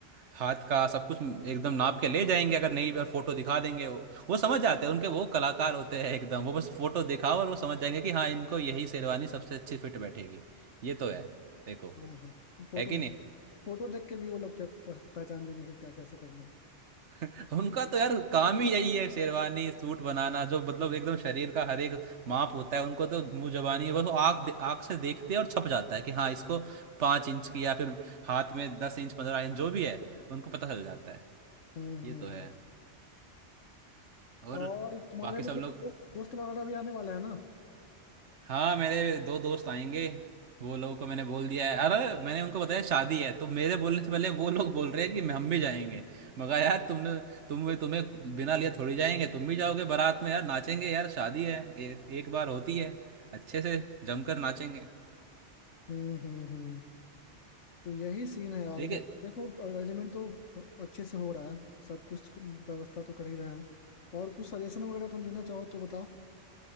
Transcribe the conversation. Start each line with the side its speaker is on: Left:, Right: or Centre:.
Right: हाथ का सब कुछ एकदम नाप के ले जाएंगे अगर नहीं भी और फोटो दिखा देंगे वो वो समझ जाते हैं उनके वो कलाकार होते हैं एकदम वो बस फोटो दिखाओ और वो समझ जाएंगे कि हाँ इनको यही शेरवानी सबसे अच्छी फिट बैठेगी ये तो है देखो
Left: हाँ हाँ वो फोटो
Right: है कि नहीं
Left: फोटो देख के भी वो लोग पह- पहचान जाएंगे कि क्या कैसे करना है
Right: <laughs> उनका तो यार काम ही यही है शेरवानी सूट बनाना जो मतलब एकदम शरीर का हर एक माप होता है उनको तो मुंह जबानी बस वो आँख आँख से देखते हैं और छप जाता है कि हाँ इसको पाँच इंच की या फिर हाथ में दस इंच पंद्रह इंच जो भी है उनको पता चल जाता है
Left: हम्म हम्म
Right: ये तो है
Left: हम्म।
Right: और
Left: और तुम्हारे
Right: बाकी सब
Left: मतलब
Right: लोग
Left: दोस्त दोस्त वगैरह भी आने वाले हैं ना
Right: हाँ मेरे दो दोस्त आएंगे वो लोगों को मैंने बोल दिया है अरे मैंने उनको बताया शादी है तो मेरे बोलने से पहले वो लोग बोल रहे हैं कि हम भी जाएंगे मगर यार तुमने तुम तुम्हें बिना लिए थोड़ी जाएंगे तुम भी जाओगे बारात में यार नाचेंगे यार शादी है ए, एक बार होती है अच्छे से जमकर नाचेंगे
Left: हम्म हम्म हम्म। तो यही सीन है यार
Right: ठीक
Left: मतलब
Right: है
Left: देखो अरेंजमेंट तो अच्छे से हो रहा है सब कुछ व्यवस्था तो कर ही रहे हैं और कुछ सजेशन वगैरह तुम देना चाहो तो बताओ